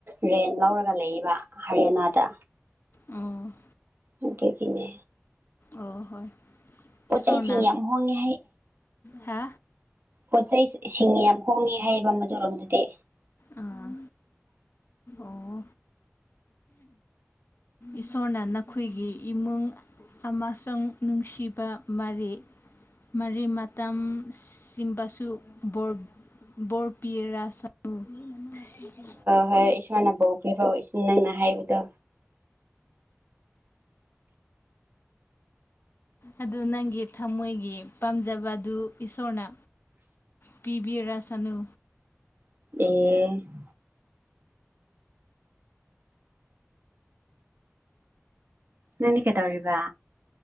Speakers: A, on the right; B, on the left.
A: ꯔꯦꯟ ꯂꯧꯔꯒ ꯂꯩꯕ ꯍꯔꯤꯌꯥꯅꯥꯗ
B: ꯎꯝ
A: ꯑꯗꯨꯒꯤꯅꯦ
B: ꯑꯣ ꯍꯣꯏ
A: ꯄꯣꯠ
B: ꯏꯁꯁꯣꯔꯅꯥ
A: ꯆꯩꯁꯤꯡ ꯌꯥꯝ ꯍꯣꯡꯉꯦ
B: ꯍꯥ
A: ꯄꯣꯠꯆꯩ ꯁꯤꯡ ꯌꯥꯝ ꯍꯣꯡꯉꯦ ꯍꯥꯏꯌꯦꯕ ꯃꯗꯨꯔꯣꯝꯗꯗꯤ
B: ꯑꯥ ꯑꯣ ꯏꯁꯣꯔꯅ ꯅꯈꯣꯏꯒꯤ ꯏꯃꯨꯡ ꯑꯃꯁꯨꯡ ꯅꯨꯡꯁꯤꯕ ꯃꯔꯤ ꯃꯔꯤ ꯃꯇꯝ ꯁꯤꯟꯕꯁꯨ ꯕꯣꯔ ꯕꫭꯔ ꯄꯤꯔꯁ ꯑꯣ <unintelligible>
A: ꯍꫭ‌ ꯍꯣꯏ ꯏꯁꯣꯔꯅ ꯕꯣꯔ ꯄꯤꯕ ꯑꯣꯏꯁꯤꯅ ꯍꯥꯏꯕꯗꯣ
B: ꯑꯗꯨ ꯅꯪꯒꯤ ꯊꯃꯣꯏꯒꯤ ꯄꯥꯝꯖꯕ ꯑꯗꯨ ꯏꯁꯣꯔꯅ ꯄꯤꯕꯤꯔꯁꯅꯨ
A: ꯑꯦ ꯅꯪꯗꯤ ꯀꯩꯗꯧꯔꯤꯕ